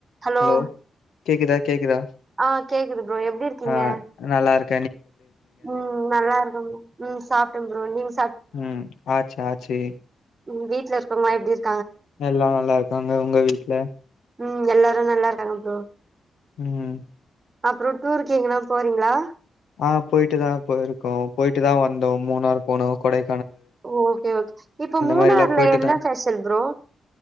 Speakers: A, on the right; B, on the left.
A: Hello
B: hello கேக்குதா கேக்குதா
A: ஆ கேக்குது ப்ரோ எப்டி இருக்கீங்க
B: ஆ நல்லாருக்
A: ம் நல்லாருக்கம் ம் சாப்ட்ட ப்ரோ நீங்
B: ம் ஆச்சு ஆச்சு
A: ம் வீட்ல இருக்கவ்ங்லா எப்டி இரு
B: எல்லா நல்லா இருக்காங்க உங்க வீட்ல
A: ம் எல்லாரு நல்லாருக்காங்க ப்ரோ
B: ம்
A: அப்றோ டூருக்கு எங்கனா போறீங்ளா
B: ஆ போயிட்டு தா போயிருக்கோ போயிட்டு தா வந்தோ மூணார் போனோ கொடை
A: ஓகே ஓகே இப்ப மூணார்ல
B: மாரிலா போயிட்டுதா
A: என்ன பெஷல் ப்ரோ